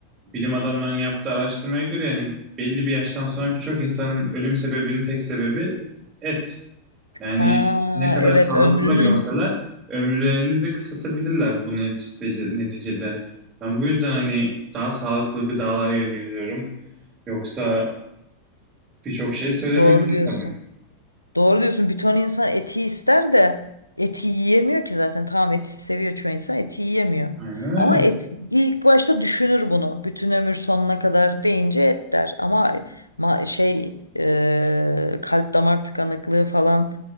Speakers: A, on the right; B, on the left.
A: bilim adamlarının yaptığı araştırmaya göre yani belli bir yaştan sonra birçok insanın ölüm sebebinin tek sebebi et. Yani
B: Ha,
A: ne kadar
B: evet
A: sağlıklı
B: ömrünün
A: da görseler ömürlerini de kısaltabilirler bu neticede, neticede. Ben bu yüzden hani daha sağlıklı gıdalara yöneliyorum. Yoksa birçok şey söylenebilir
B: doğru diyorsun.
A: tabii.
B: Doğru diyorsun. Bir ton insan eti ister de eti yiyemiyor ki zaten. Tamam eti seviyor çoğu insan eti yiyemiyor.
A: Aynen öyle.
B: Ama et ilk başta düşünür bunu. Bütün ömür sonuna kadar deyince et der. Ama ma- şey e, kalp damar tıkanıklığı falan